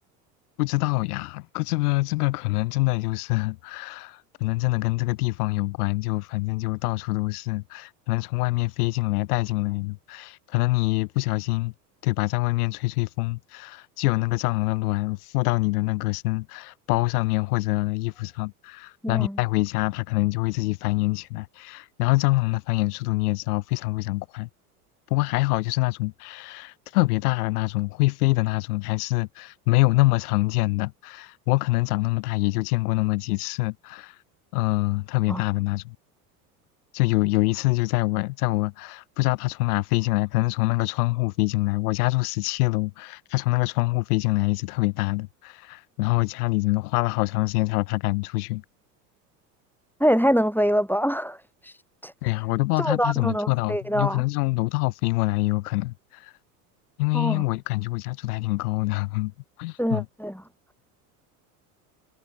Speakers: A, on the left; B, in the centre.
A: 不知道呀，可这个这个可能真的就是，<laughs> 可能真的跟这个地方有关，就反正就到处都是，可能从外面飞进来带进来的，可能你不小心，对吧，在外面吹吹风，就有那个蟑螂的卵附到你的那个身包上面或者衣服上，
B: 耶，
A: 然后你带回家，它可能就会自己繁衍起来，然后蟑螂的繁衍速度你也知道非常非常快，不过还好就是那种特别大的那种会飞的那种，还是。没有那么常见的。我可能长那么大也就见过那么几次，嗯、特别大的那种。
B: 啊，
A: 就有有一次就在我在我不知道它从哪飞进来，可能从那个窗户飞进来。我家住十七楼，它从那个窗户飞进来，一只特别大的。然后家里人花了好长时间才把它赶出去。
B: 那也太能飞了吧！<laughs>
A: 对呀、我都不知道它它怎么做到的，
B: 这么高都能飞到，
A: 有可能是从楼道飞过来也有可能，因为我感觉我家住的还挺高的。
B: 哦，
A: <laughs>
B: 对对啊，
A: 嗯